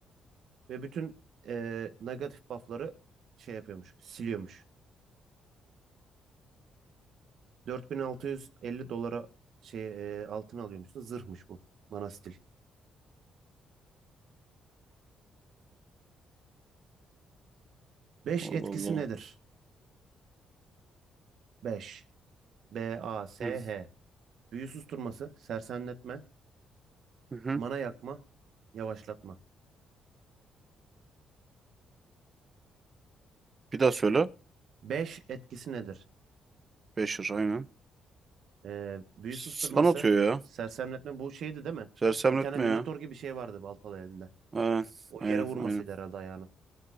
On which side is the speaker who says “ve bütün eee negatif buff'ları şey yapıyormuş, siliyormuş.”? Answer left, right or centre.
Right